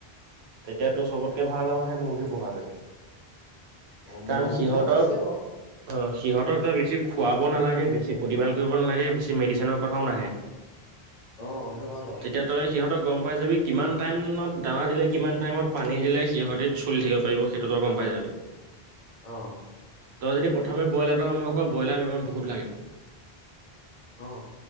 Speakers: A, on the right; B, on the left.
A: তেতিয়া তোৰ চবতকে ভাল আৰু হেই মুৰ্গী পোহাটোৱে।
B: অ মুৰ্গী
A: কাৰণ সিহঁতক
B: ঘৰত আছে বাৰু।
A: অ', সিহঁতক তই বেছি খুৱাব নালাগে, বেছি প্ৰতিবাল কৰিব নালাগে, বেছি মেডিচিনৰ কথাও নাহে। <inaudible>
B: অ', সেইটো হয় বাৰু।
A: তেতিয়া তই সিহঁতক গম পাই যাবি কিমান টাইমত দানা দিলে কিমান টাইমত পানী দিলে সিহঁতি চলি থাকিব পাৰিব। সেইটো তই গম পাইযাবি।
B: অ।
A: তই যদি প্ৰথম ব্ৰইলাৰটো আৰম্ভ কৰ ব্ৰইলাৰত বেমাৰ বহুত লাগে।
B: অ।